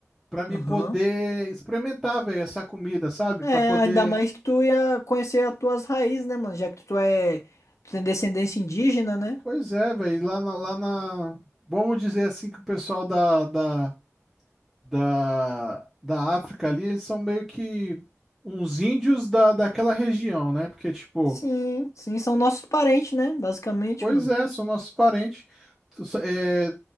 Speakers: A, in the centre; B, on the left.
A: pra me
B: Aham.
A: poder experimentar, velho, essa comida, sabe?
B: É,
A: Pra poder
B: ainda mais que tu ia conhecer as tuas raízes, né, mano? Já que tu é, tu tem descendência indígena, né?
A: Pois é, velho. Lá na, lá na. Vamos dizer assim que o pessoal da, da, da, da África ali, eles são meio que uns índios da, daquela região, né? Porque, tipo,
B: Sim, sim, são nossos parentes, né? Basicamente,
A: pois
B: mano.
A: é, são nossos parentes. Tu sa- é,